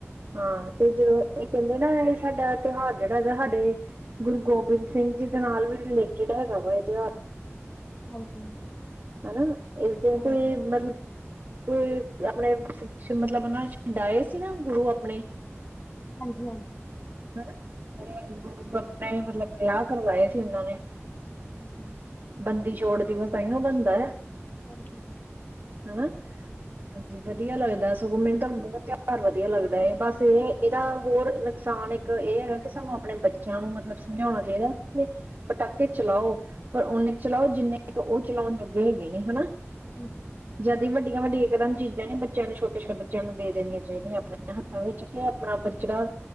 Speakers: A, on the right (about 50°); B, on the left (about 35°).
A: ਹਾਂ ਤੇ ਜਦੋਂ ਇਹ ਕਹਿੰਦੇ ਨਾ ਇਹ ਸਾਡਾ ਤਿਉਹਾਰ ਜਿਹੜਾ ਹੈਗਾ ਸਾਡੇ ਗੁਰੂ ਗੋਬਿੰਦ ਸਿੰਘ ਜੀ ਦੇ ਨਾਲ ਵੀ ਰਿਲੇਟਿਡ ਹੈਗਾ ਵਾ ਇਹਿਉਹ
B: ਹਾਂਜੀ,
A: ਹੈ ਨਾ, ਇਸ ਦਿਨ
B: ਹਾਂਜੀ
A: ਕੋਈ ਮਤਲਬ। ਕੋਈ, ਆਪਣੇ ਨਾ ਮਤਲਬ ਉਹ ਛੰਡਾਏ ਸੀ, ਨਾ ਗੁਰੂ ਆਪਣੇ।
B: ਹਾਂਜੀ-ਹਾਂਜੀ।
A: ਹੈ ਨਾ, ਘਰੇਲੂ <inaudible> ਆਪਣੇ ਮਤਲਬ ਵਿਆਹ ਕਰਵਾਏ ਸੀ, ਉਹਨਾਂ ਨੇ
B: ਹਾਂਜੀ।
A: ਬੰਦੀ ਛੋੜ ਦਿਵਸ ਤਾਈਓ ਬਣਦਾ ਆ।
B: ਹਾਂਜੀ।
A: ਹੈ, ਹਾਂਜੀ ਵਧੀਆ ਲੱਗਦਾ। ਸਗੋ ਮੈਨੂੰ ਤਾਂ ਬਹੁਤ ਤਿਉਹਾਰ ਵਧੀਆ ਲੱਗਦਾ ਇਹ ਬਸ ਇਹ ਇਹਦਾ ਹੋਰ ਨੁਕਸਾਨ। ਇਹ ਹੈ ਕਿ ਸਾਨੂੰ ਆਪਣੇ ਬੱਚਿਆਂ ਨੂੰ ਮਤਲਬ ਸਮਝਾਣਾ ਚਾਹੀਦਾ ਕਿ। ਪਟਾਕੇ ਚਲਾਓ, ਪਰ ਓਨੇ ਕੁ ਚਲਾਓ ਜਿੰਨੇ ਕੁ ਉਹ ਚਲਾਉਣ ਜੋਗੇ ਹੈਗੇ ਨੇ ਹੈ ਨਾ।
B: ਹਾਂਜੀ।
A: ਜਦੀ ਵੱਡੀਆਂ ਵੱਡੀਆਂ ਇਕਦਮ ਚੀਜ਼ਾਂ ਨੇ ਬੱਚਿਆਂ ਨੂੰ ਛੋਟੇ ਛੋਟੇ। ਬੱਚਿਆਂ ਨੂੰ ਦੇ ਦੇਣੀਆਂ ਚਾਹੀਦੀਆਂ, ਆਪਣੇ
B: ਹਾਂਜੀ
A: ਹੱਥਾਂ ਵਿੱਚ ਕਿ ਆਪਣਾ ਪ੍ਰਚਦਾ।